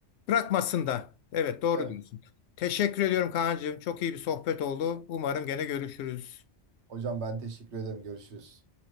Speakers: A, on the left; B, on the right.
A: Bırakmasın da. Evet doğru
B: Evet.
A: diyorsun. Teşekkür ediyorum Kaan'cığım. Çok iyi bir sohbet oldu. Umarım gene görüşürüz.
B: Hocam ben teşekkür ederim. Görüşürüz.